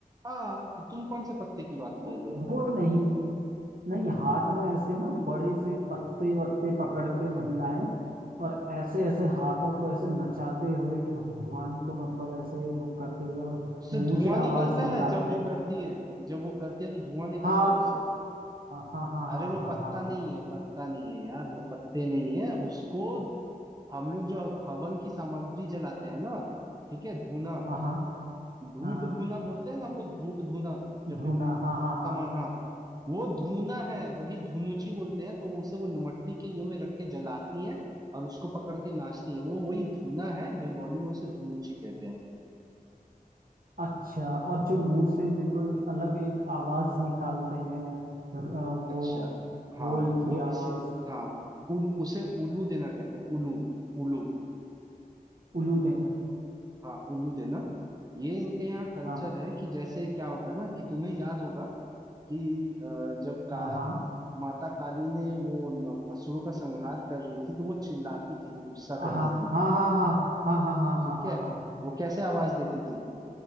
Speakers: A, on the right; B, on the right.
A: हाँ तो तुम कौन से पत्ते की बात कर
B: वो
A: रहे हो फिर
B: वो नहीं नहीं हाथ में ऐसे ना बड़े से पत्ते वत्ते पकड़ के महिलाएं और ऐसे ऐसे हाथों को ऐसे नचाते हुए भगवान को मतलब ऐसे वो करते हुए और
A: उससे
B: मुंह
A: धुआं
B: से आवाज
A: निकलता
B: निकालते
A: है जब वो
B: हैं
A: करती है जब वो करती है तो धुआं निकलता
B: हाँ
A: है उससे
B: हाँ हाँ
A: अरे
B: हाँ
A: वो
B: हाँ
A: पत्ता
B: हाँ
A: नहीं है पत्ता नहीं है यार वो पत्ते नहीं है उसको हम लोग जो हवन की सामग्री जलाते हैं ना ठीक है धूना
B: हाँ हाँ
A: धूप
B: हाँ हाँ हाँ,
A: धूना बोलते हैं ना हम लोग धूप धूना जब
B: धुना
A: भी
B: हाँ हाँ हाँ
A: तमन्हा वो धूना है वही धुनुची बोलते हैं तो उसे वो मट्टी के ये में रख के जलाती हैं और उसको पकड़ के नाचती हैं वो वही धूना है बंगाली में उसे धुनुची कहते हैं
B: अच्छा और जो मुंह से बिल्कुल अलग एक आवाज निकालते हैं र- अ, वो
A: अच्छा हाँ
B: होल
A: वो
B: की आवाज
A: इसे हाँ उल, उसे उल्लू देना कहते हैं उल्लू उल्लू
B: उलू देना
A: हाँ उल्लू देना ये इनके यहाँ कल्चर
B: हाँ
A: है कि जैसे क्या होता है ना कि तुम्हें याद होगा कि अ, जब का
B: हाँ हाँ
A: माता काली ने वो न- असुरों का संहार कर रही थी तो वो चिल्लाती थी वो गुस्सा
B: हाँ
A: करती थी
B: हाँ हाँ हाँ हाँ हाँ
A: ठीक
B: हाँ
A: है
B: हाँ
A: वो कैसे आवाज देती थी